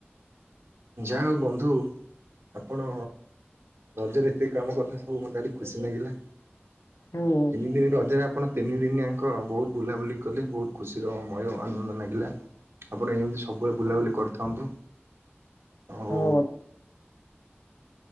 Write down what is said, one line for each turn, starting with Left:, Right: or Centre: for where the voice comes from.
Right: ଯାହା ହଉ ବନ୍ଧୁ ଆପଣ ରଜରେ ଏତେ କାମ କରିଥା ସବୁ ମତେ ଭାରି ଖୁସି ମାଗିଲା।
Left: ହୁଁ ହୁଁ
Right: ତିନି ଦିନ ରଜରେ ଆପଣ ତିନିଦିନିଆଙ୍କ ବହୁତ ବୁଲାବୁଲି କଲେ ବହୁତ ଖୁସିର ମୟ ଆନନ୍ଦ ଲାଗିଲା। ଆପଣ ଏମିତି ସବୁବେଳେ ବୁଲାବୁଲି କରିଥାନ୍ତୁ। ଆଉ
Left: ହଁ ବ୍